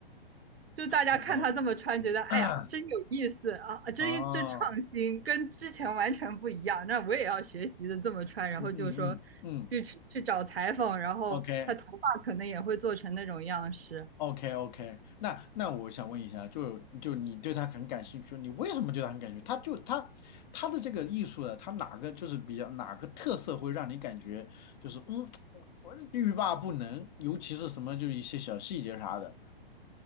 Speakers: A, on the right (about 85°); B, on the left (about 50°).
A: 就大家看他这么穿，
B: 好吧，
A: 觉得哎呀，
B: <coughs>
A: 真有意思啊，啊真真创新，
B: 哦，
A: 跟之前完全不一样。那我也要学习的这么穿，然后就说
B: 嗯嗯嗯嗯
A: 去去找裁缝，然后他头发可能也会做成那种样式。
B: ，OK OK OK，那那我想问一下，就就你对他很感兴趣，你为什么对他很感兴趣？他就他他的这个艺术的，他哪个就是比较哪个特色会让你感觉就是嗯，我我欲罢不能，尤其是什么就一些小细节啥的，